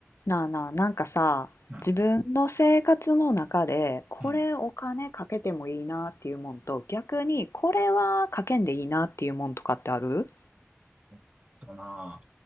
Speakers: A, on the left; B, on the right.
A: なあなあ、なんかさ、
B: な、
A: 自分の生活の中で、これお金かけてもいいなっていうもんと、
B: うん。
A: 逆にこれはかけんでいいなっていうもんとかってある
B: えっとな、